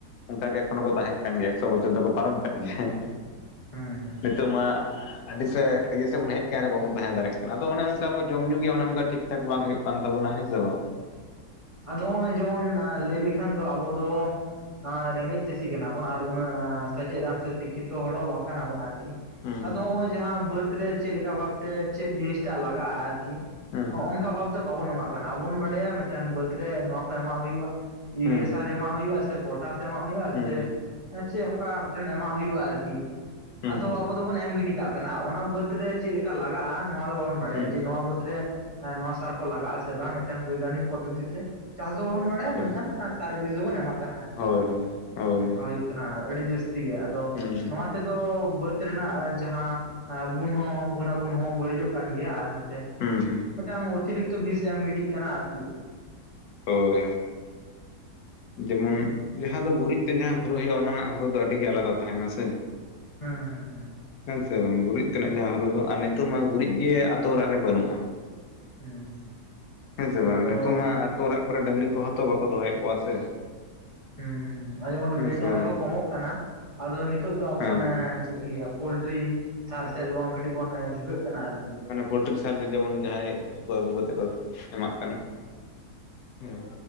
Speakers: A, on the left (about 80°); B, on the left (about 35°).
A: ᱚᱱᱠᱟᱜᱮ ᱮᱠᱷᱚᱱᱳ ᱠᱚ ᱛᱟᱦᱮᱸ ᱠᱟᱱ ᱜᱮᱭᱟ ᱮᱠᱥᱚ ᱵᱚᱪᱷᱚᱨ ᱫᱚᱠᱚ ᱯᱟᱨᱚᱢ ᱠᱟᱜ ᱜᱮᱭᱟ
B: ᱦᱩᱸ ᱦᱩᱸ
A: ᱱᱤᱛᱚᱜ
B: ᱦᱩᱸ
A: ᱢᱟ ᱟᱹᱰᱤ ᱥᱮᱫ <inaudible> ᱵᱚᱱ ᱦᱮᱡ ᱟᱠᱟᱱ ᱨᱮ ᱵᱟᱵᱚᱱ ᱛᱟᱦᱮᱸ ᱫᱟᱲᱮᱭᱟ ᱚᱱᱮ ᱚᱱᱠᱟ ᱡᱚᱢ ᱧᱩ ᱜᱮ ᱚᱱᱮ ᱚᱱᱠᱟ ᱴᱷᱤᱠ ᱪᱟᱠ ᱵᱟᱝ ᱦᱩᱭᱩᱜ ᱠᱟᱱ ᱛᱟᱵᱚᱱᱟ ᱦᱮᱸ ᱥᱮ ᱵᱟᱝ?
B: ᱟᱫᱚ ᱱᱚᱜᱼᱚᱭ ᱡᱮᱢᱚᱱ ᱞᱟᱹᱭ ᱞᱮᱠᱷᱟᱱ ᱫᱚ ᱟᱵᱚ ᱫᱚ ᱟ ᱨᱮᱸᱜᱮᱡ ᱪᱟᱹᱥᱤ ᱠᱟᱱᱟ ᱵᱚᱱ ᱟᱨ ᱩᱱᱟᱹᱜ ᱥᱮᱪᱮᱫᱱ ᱥᱮ ᱥᱤᱠᱠᱷᱤᱛᱚ ᱦᱚᱲ ᱦᱚᱸ ᱵᱟᱝ ᱠᱟᱱᱟ ᱵᱚᱱ ᱟᱨᱠᱤ
A: ᱦᱩᱸ
B: ᱟᱫᱚ ᱦᱚᱸᱜ ᱚᱭ ᱡᱟᱦᱟᱸ ᱵᱟᱹᱫ ᱨᱮ ᱪᱮᱫᱮ ᱞᱮᱠᱟ ᱵᱷᱟᱵᱛᱮ ᱪᱮᱫ ᱡᱤᱱᱤᱥᱴᱟᱜ ᱞᱟᱜᱟᱜᱼᱟ ᱟᱨᱠᱤ᱾
A: ᱦᱩᱸ
B: ᱚᱜ ᱝᱠᱟ ᱵᱷᱟᱵᱛᱮ ᱵᱟᱵᱚᱱ ᱮᱢᱟᱜ ᱠᱟᱱᱟ ᱟᱵᱚᱱ ᱵᱟᱰᱟᱭᱟ ᱢᱤᱫᱴᱮᱱ ᱵᱟᱹᱫ ᱨᱮ ᱱᱚᱣᱟ ᱠᱚ ᱮᱢᱟᱜ ᱦᱩᱭᱩᱜ-ᱟ ᱦᱩᱭᱩᱜᱼᱟ ᱤᱭᱩᱨᱤᱭᱟ
A: ᱦᱩᱸ
B: ᱥᱟᱨ ᱮᱢᱟᱜ ᱦᱩᱭᱩᱜ-ᱟ ᱥᱮ ᱯᱚᱴᱟᱥ ᱮᱢᱟᱜ ᱦᱩᱭᱩᱜ-ᱟ
A: ᱦᱩᱸ
B: ᱥᱮ ᱦᱮᱸ ᱪᱮᱫ ᱚᱱᱠᱟ ᱢᱤᱫᱴᱮᱱ ᱮᱢᱟᱜ ᱦᱩᱭᱩᱜ-ᱟ ᱟᱨᱠᱤ᱾
A: ᱦᱩᱸ
B: ᱟᱫᱚ ᱟᱵᱚ ᱫᱚᱵᱚᱱ ᱮᱢ ᱜᱤᱰᱤ ᱠᱟᱜ ᱠᱟᱱᱟ ᱚᱱᱟ᱾ ᱵᱟᱹᱫ ᱨᱮ ᱪᱮᱫᱮᱠᱟ ᱞᱟᱜᱟᱜ-ᱟ ᱱᱚᱣᱟ ᱫᱚ ᱵᱟᱵᱚᱱ ᱵᱟᱰᱟᱭᱟ
A: ᱦᱩᱸ
B: ᱡᱮ ᱱᱚᱣᱟ ᱵᱟᱹᱫ ᱨᱮ ᱮ ᱱᱚᱣᱟ ᱥᱟᱨ ᱠᱚ ᱞᱟᱜᱟᱜ ᱟᱥᱮ ᱵᱟᱝ ᱢᱤᱫᱴᱟᱝ ᱵᱳᱭᱜᱟᱱᱤᱠ ᱯᱚᱫᱽᱫᱷᱚᱛᱤ ᱛᱮ᱾ ᱪᱟᱥ ᱫᱚ ᱵᱟᱵᱚᱱ ᱵᱟᱰᱟᱭᱟ
A: ᱦᱩᱸ
B: ᱢᱮᱱᱠᱷᱟᱱ ᱟᱨ ᱥᱟᱨᱵᱷᱤᱥ ᱫᱚᱵᱚᱱ ᱮᱢᱟᱜ ᱠᱟᱱᱟ ᱟᱨᱠᱤ᱾
A: ᱦᱳᱭ ᱦᱳᱭ ᱦᱳᱭ
B: ᱱᱚᱝᱠᱟ ᱦᱩᱭᱩᱜ ᱠᱟᱱᱟ ᱟᱹᱰᱤ ᱡᱟᱹᱥᱛᱤ ᱜᱮ ᱟᱫᱚ
A: ᱦᱩᱸ
B: ᱱᱚᱣᱟ ᱛᱮᱫᱚ ᱵᱟᱹᱫ ᱨᱮᱱᱟᱜ ᱡᱟᱦᱟᱸ ᱥ ᱜᱩᱱ ᱦᱚᱸ ᱜᱩᱱᱟ ᱜᱩᱱ ᱦᱚᱸ ᱵᱟᱹᱲᱤᱡᱚᱜ ᱠᱟᱱ ᱜᱮᱭᱟ ᱟᱨ ᱱᱚᱛᱮ
A: ᱦᱩᱸ ᱦᱩᱸ᱾
B: ᱢᱤᱫᱴᱟᱝ ᱚᱛᱤᱨᱤᱠᱛᱚ ᱵᱤᱥ ᱮᱢ ᱜᱤᱰᱤᱜ ᱠᱟᱱᱟ ᱟᱨᱠᱤ᱾
A: ᱦᱳᱭ ᱡᱮᱢᱚᱱ ᱡᱟᱦᱟᱸ ᱫᱚ ᱜᱩᱨᱤᱡ ᱛᱮ ᱡᱟᱦᱟᱸ ᱦᱚᱨᱚᱜ ᱦᱩᱭᱩᱜ-ᱟ ᱚᱱᱟ ᱨᱮᱱᱟᱜ ᱦᱚᱨᱩ ᱫᱚ ᱟᱹᱰᱤᱜᱮ ᱟᱞᱟᱫᱟ ᱛᱟᱦᱮᱱᱟ ᱥᱮ᱾
B: ᱦᱮᱸ ᱦᱮᱸ ᱦᱮᱸ᱾
A: ᱦᱮᱸ ᱥᱮ ᱵᱟᱝ ᱜᱩᱨᱤᱡ ᱛᱮᱱᱟᱜ ᱡᱟᱦᱟᱸ ᱦᱚᱨᱩ ᱫᱚ ᱟᱨ ᱱᱤᱛᱚᱜ ᱢᱟ ᱜᱩᱨᱤᱡ ᱜᱮ ᱟᱛᱳ ᱚᱲᱟᱜ ᱨᱮ ᱵᱟᱹᱱᱩᱜᱼᱟ᱾
B: ᱦᱩᱸ ᱦᱩᱸ᱾
A: ᱦᱮᱸ ᱥᱮ ᱵᱟᱝ
B: ᱟᱫᱚ
A: ᱱᱤᱛᱳᱝ ᱢᱟ ᱟᱹᱛᱩᱳ ᱚᱲᱟᱜ ᱠᱚᱨᱮᱜ ᱰᱟᱹᱝᱨᱤ ᱠᱚᱦᱚᱸ ᱛᱚ ᱵᱟᱠᱚ ᱫᱚᱦᱚᱭᱮᱫ ᱠᱚᱣᱟ ᱥᱮ᱾
B: ᱦᱩᱸ ᱦᱩᱸ ᱚᱭ ᱡᱮᱢᱚᱱ
A: ᱦᱮᱸ
B: ᱜᱟᱹᱭ
A: ᱥᱮ
B: ᱰᱟᱝᱨᱤ
A: ᱵᱟᱝ
B: ᱠᱚ ᱠᱚᱢᱚᱜ ᱠᱟᱱᱟ ᱟᱫᱚ ᱱᱤᱛᱚᱜ ᱫᱚ ᱟᱵᱚ
A: ᱦᱮᱸ
B: ᱚᱱᱮ ᱪᱮᱫ ᱤᱧ ᱞᱟᱹᱭᱟ ᱯᱳᱞᱴᱨᱤ ᱥᱟᱨ ᱥᱮᱫ ᱵᱚᱱ ᱠᱟᱹᱴᱤᱡ ᱵᱚᱱ ᱡᱷᱩᱠᱟᱹᱜ ᱠᱟᱱᱟ ᱟᱨᱠᱤ᱾
A: ᱯᱚᱞᱡᱤᱨᱤ ᱥᱟᱨ ᱡᱮ ᱡᱮᱢᱚᱱ ᱡᱟᱦᱟᱸᱭ ᱠᱚ ᱟᱹᱜᱩ ᱠᱟᱛᱮᱮᱫ ᱠᱚ ᱮᱢᱟᱜ ᱠᱟᱱᱟ᱾ ᱦᱮᱸ᱾